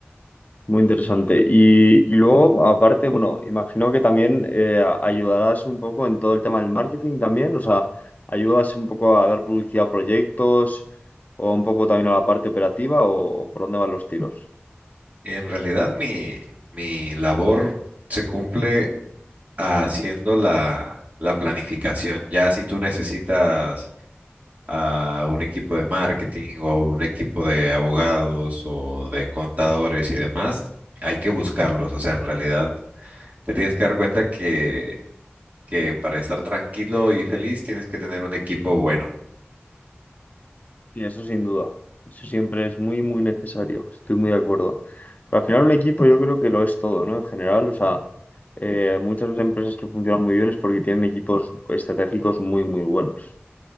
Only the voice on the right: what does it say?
En realidad mi, mi labor se cumple haciendo la, la planificación. Ya si tú necesitas a un equipo de marketing o un equipo de abogados o de contadores y demás, hay que buscarlos. O sea, en realidad te tienes que dar cuenta que, que para estar tranquilo y feliz tienes que tener un equipo bueno.